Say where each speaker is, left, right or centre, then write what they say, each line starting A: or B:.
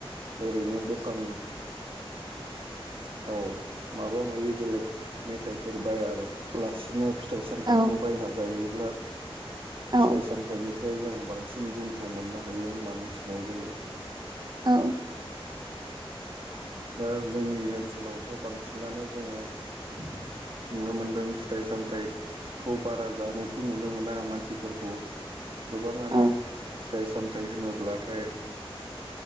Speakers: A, on the right; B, on the right.
A: ओरैनो दखान औ माबा माबि बेलेग मेथाइफोर बायालासिनो फि फिथाइ सामथाइखौ
B: औ
A: बायना जायोब्ला फिथाइ
B: औ
A: सामथायनि फ्राय जों बांसिन गुनखौ मोननो हायो होनना मिथिनाय जायो।
B: औ
A: दा जोंनि ओनसोलावथ' बांसिनानो जोङो नुनो मोनदों फिथाइ सामथाइखौ बारा जानायखौ नुनो मोना मानसिफोरखौ। गोबाङानो
B: औ
A: फिथाइ सामथाइ होनोब्लाथाय